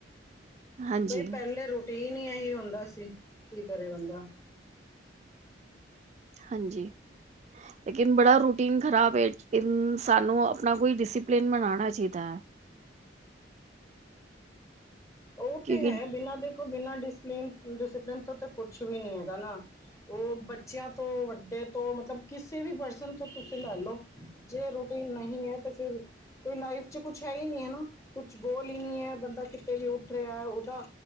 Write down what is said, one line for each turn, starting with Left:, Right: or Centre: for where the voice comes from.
Right: ਹਾਂਜੀ
Left: ਬਈ ਪੈਲੇ ਰੂਟੀਨ ਏਹੀ ਹੁੰਦਾ ਸੀ। ਕੀ ਕਰੇ ਬੰਦਾ।
Right: ਹਾਂਜੀ ਲੇਕਿਨ ਬੜਾ ਰੂਟੀਨ ਖ਼ਰਾਬ ਏ। ਏੲ ਸਾਨੂੰ ਆਪਣਾ ਕੋਈ ਡਿਸਪਲਿਨ ਬਣਾਣਾ ਚਾਈਦਾ ਐ।
Left: ਓ
Right: ਕਿਉਂਕਿ
Left: ਤੇ ਹੈ ਬਿਨਾਂ ਦੇਖੋ ਬਿਨਾਂ ਡਿਸਪਨ ਡਿਸਪਲਨ ਤੋਂ ਤਾਂ ਕੁਛ ਵੀ ਨੀ ਹੈਗਾ ਨਾ। ਓ ਬੱਚਿਆਂ ਤੋਂ ਵੱਡੇ ਤੋਂ ਮਤਲਬ ਕਿਸੇ ਵੀ ਪਰਸਨ ਤੋਂ ਤੁਸੀਂ ਲੈ ਲਓ। ਜੇ ਰੂਟੀਨ ਨਹੀਂ ਹੈ ਤੇ ਫਿਰ- ਕੋਈ ਲਾਈਫ ਚ ਕੁਛ ਹੈ ਈ ਨੀ ਐ ਨਾ। ਕੁਛ ਗੋਲ ਈ ਨੀ ਹੈ ਬੰਦਾ ਕਿਤੇ ਵੀ- ਰਿਆ। ਉਦਾ